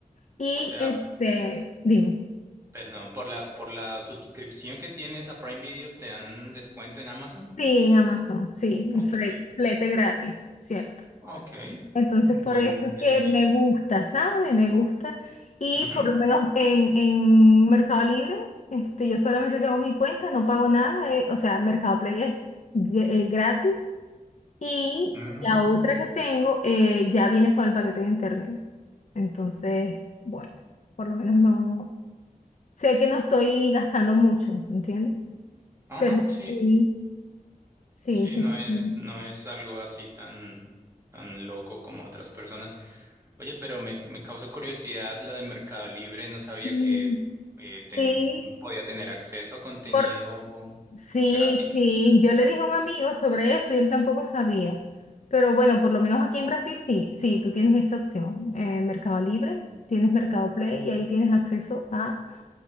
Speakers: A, on the left; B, on the right.
A: Y
B: O sea,
A: este, dime.
B: Perdón, por la, por la suscripción que tienes a Prime Video, ¿te dan descuento en Amazon?
A: Sí, en Amazon, sí,
B: Ok,
A: el fre- flete gratis, ¿cierto?
B: ok.
A: Entonces,
B: Buen
A: por eso es que
B: beneficio.
A: me gusta, ¿sabe? Me gusta. Y
B: Ujú.
A: por lo menos en, en Mercado Libre, este, yo solamente tengo mi cuenta, no pago nada, eh, o sea, Mercado Play es gr- eh, gratis. Y
B: Mm,
A: la otra que tengo eh, ya viene con el paquete de internet. Entonces, bueno, por lo menos no, sé que no estoy gastando mucho, ¿entiendes?
B: Ajá,
A: Pero
B: sí,
A: sí, sí,
B: sí,
A: sí.
B: no es,
A: sí.
B: no es algo así tan, tan loco como otras personas. Oye, pero me, me causa curiosidad lo de Mercado Libre. No sabía
A: Mm.
B: que eh, te-
A: Sí,
B: uno podía tener acceso a contenido
A: por... sí,
B: gratis.
A: sí. Yo le dije a un amigo sobre eso y él tampoco sabía. Pero bueno, por lo menos aquí en Brasil sí, sí, tú tienes esa opción. Eh, Mercado Libre, tienes Mercado Play y ahí tienes acceso a